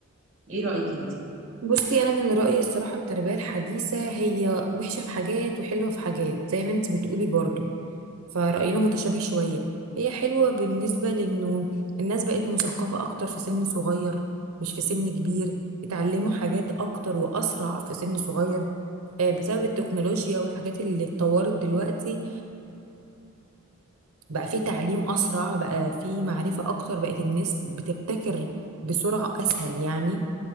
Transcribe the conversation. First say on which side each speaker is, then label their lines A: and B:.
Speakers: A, on the right; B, on the right.
A: إيه رأيك أنت؟
B: بصي انا من رأيي الصراحة التربية الحديثة هي وحشة في حاجات وحلوة في حاجات زي ما انت بتقولي برضو فرأينا متشابه شوية هي حلوة بالنسبة لانه الناس بقت مثقفة اكتر في سن صغير مش في سن كبير اتعلموا حاجات اكتر واسرع في سن صغير آه، بسبب التكنولوجيا والحاجات اللي اتطورت دلوقتي بقى في تعليم أسرع بقى في معرفة أكتر بقت الناس بتبتكر بسرعة أسهل يعني